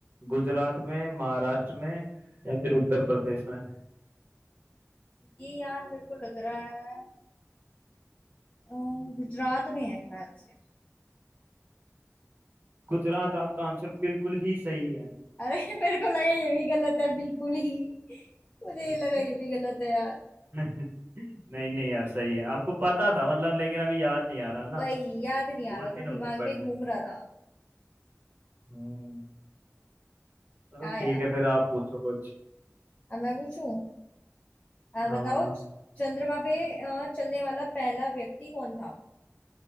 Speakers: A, on the right (about 40°); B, on the left (about 25°).
A: गुजरात में महाराष्ट्र में या फिर उत्तर प्रदेश में
B: ये यार मेरे को लग रहा है अ, गुजरात में है शायद से
A: गुजरात आपका आंसर बिल्कुल ही सही है
B: अरे <laughs> मेरे को लगा ये भी गलत है बिल्कुल ही मुझे
A: <laughs>
B: ये लगा ये भी गलत है यार
A: नहीं नहीं यार सही है आपको पता था मतलब लेकिन अभी याद नहीं आ रहा ना
B: वही याद नहीं
A: बहुत
B: आ रहा
A: दिन
B: था दिमाग
A: हो गए पढ़े
B: में घूम
A: हुए।
B: रहा था
A: हम्म चलो
B: क्या यार
A: ठीक है फिर आप पूछो कुछ
B: अब मैं पूछूं आ,
A: हाँ
B: बताओ च- चंद्रमा पे आ, चलने वाला पहला व्यक्ति कौन था